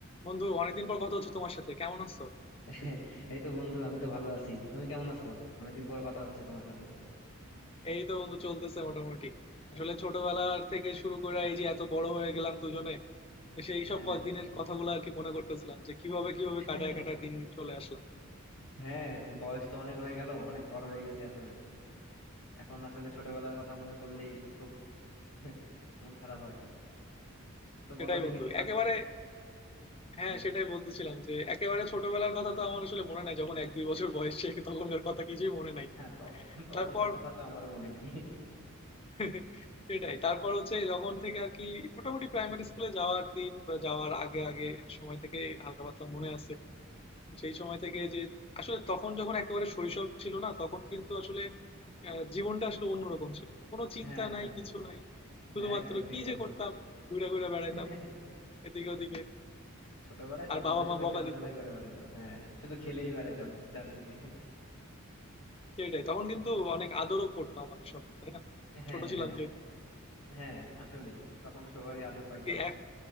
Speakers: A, on the left; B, on the left.
A: বন্ধু অনেকদিন পর কথা হচ্ছে তোমার সাথে কেমন আছো
B: <laughs> এই তো বন্ধু আমি তো ভালো আছি তুমি কেমন আছো অনেকদিন পর কথা হচ্ছে তোমার সাথে
A: এই তো বন্ধু চলতেছে মোটামুটি আসলে ছোটবেলার থেকে শুরু করে এই যে এত বড় হয়ে গেলাম দুজনে তো সেই সব
B: হ্যাঁ
A: দিনের কথাগুলো আর কি মনে করতেছিলাম যে কিভাবে কিভাবে
B: <laughs>
A: কাটায় কাটায় দিন চলে আসলাম
B: হ্যাঁ বয়স তো অনেক হয়ে গেল অনেক বড় হয়ে গেছি আসলে এখন আসলে ছোটবেলার কথা মনে করলেই খুব <laughs> মন খারাপ হয় তো
A: সেটাই
B: বলো দেখি
A: বন্ধু
B: তোমার
A: একেবারে হ্যাঁ
B: হ্যাঁ
A: সেটাই বলতেছিলাম যে একেবারে ছোটবেলার কথা তো আমার আসলে মনে নাই যখন এক দুই বছর বয়স সে তখনকার কথা কিছুই মনে নাই
B: হ্যাঁ তখন <laughs> তখনকার
A: তারপর
B: কথা তো আমারও মনে নেই <laughs>
A: <laughs> সেটাই তারপর হচ্ছে যখন থেকে আর কি মোটামুটি প্রাইমারি স্কুলে যাওয়ার দিন বা যাওয়ার আগে আগে সময় থেকে হালকা পাতলা মনে আছে তো সেই সময় থেকে যে আসলে তখন যখন একেবারে শৈশব ছিল না তখন কিন্তু আসলে আহ, জীবনটা আসলে অন্যরকম ছিল কোনো চিন্তা
B: হ্যাঁ
A: নাই
B: হ্যাঁ
A: কিছু নাই শুধুমাত্র
B: হ্যাঁ একদম ঠিক
A: কি
B: বলছো
A: যে করতাম ঘুরে ঘুরে বেড়াতাম
B: <laughs>
A: এদিকে ওদিকে
B: ছোটবেলায়
A: আর
B: তখন
A: বাবা
B: তো
A: মা
B: শুধু
A: বকা
B: খেলাধুলাই
A: দিত
B: করে বেড়াতাম হ্যাঁ শুধু খেলেই বেড়াতাম চারদিকে <laughs>
A: সেটাই তখন কিন্তু অনেক আদরও করতো আমাদের সঙ্গে তাই না
B: হ্যাঁ
A: ছোট ছিলাম
B: হ্যাঁ
A: যেহেতু
B: হ্যাঁ আসলেই তখন সবারই আদর পাইতাম
A: কিন্তু এক-